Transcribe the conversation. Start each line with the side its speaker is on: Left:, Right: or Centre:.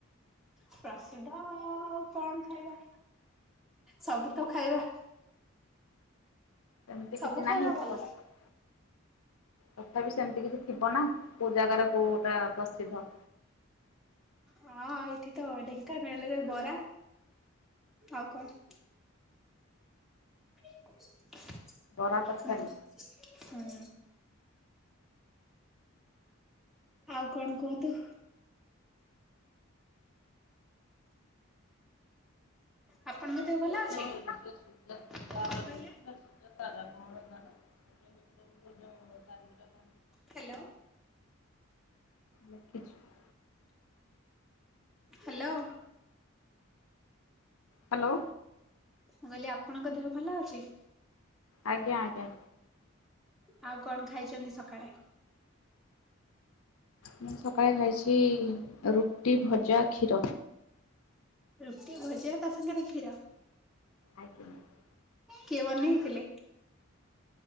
Centre: ପ୍ରସିଦ୍ଧ କଣ ଖାଇବା? ସବୁ ତ ଖାଇବା।
Left: ସେମିତି
Centre: ସବୁ
Left: କିଛି
Centre: ଖାଇବା
Left: ନାହିଁ
Centre: ଭଲ।
Left: ପ୍ରସିଦ୍ଧ। ତଥାପି ସେମିତି କିଛି ଥିବ ନା କୋଉ ଜାଗାରେ କୋଉଟା ପ୍ରସିଦ୍ଧ।
Centre: ହଁ ଏଇଠି ତ ଢେଙ୍କାନାଳରେ ବରା ଆଉ କଣ ହୁଁ।
Left: ବରା ତରକାରୀ।
Centre: ଆଉ କଣ କୁହନ୍ତୁ? ଆପଣଙ୍କ ଦେହ
Left: ତାର
Centre: ଭଲ ଅଛି?
Left: ଲଖିଲାର
Centre: କଣ
Left: କଣ
Centre: କହିଲେ?
Left: <unintelligible> ଏାର <unintelligible>
Centre: ହ୍ୟାଲୋ।
Left: ଲଖିଛିୁ <inaudible>
Centre: ହ୍ୟାଲୋ।
Left: ହ୍ୟାଲୋ।
Centre: ମୁଁ କହିଲି ଆପଣଙ୍କ ଦେହ ଭଲ ଅଛି?
Left: ଆଜ୍ଞା ଆଜ୍ଞା।
Centre: ଆଉ କଣ ଖାଇଛନ୍ତି ସକାଳେ?
Left: ମୁଁ ସକାଳେ ଖାଇଛି ରୁଟି, ଭଜା, କ୍ଷୀର।
Centre: ରୁଟି ଭଜା ତା ସାଙ୍ଗରେ କ୍ଷୀର।
Left: ଆଜ୍ଞ <inaudible>
Centre: କିଏ ବନେଇଥିଲେ?